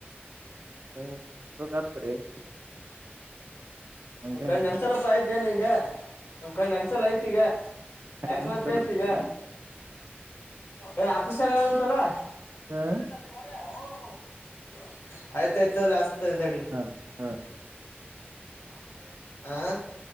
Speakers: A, on the right (about 65°); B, on the left (about 75°).
A: ಹ್ಮ ಸಖತ್ರಿ <unintelligible> ಹಂಗೆ
B: ಒಂದ್ ಕಣ್ಣ ನನ್ಸಲಲ್ಪ ಆಯತೆತ ನಿಗ ಒಮ್ ಕಣ ನನ್ಸಲ ಆಯ್ತಿ ಈಗ
A: ಹಾಗ
B: ಯಾಕ ಮತ್ ಕೇತಿ ಈಗ ಏ ಆಫೀಸರ್ ಯಾರಂತಲ್ಲ
A: ಹಾ
B: <unintelligible> ಆಯ್ತಾಯ್ತು ಹ್ಯಾಚ್
A: ಹಾ ಹಾ
B: <unintelligible> <inaudible>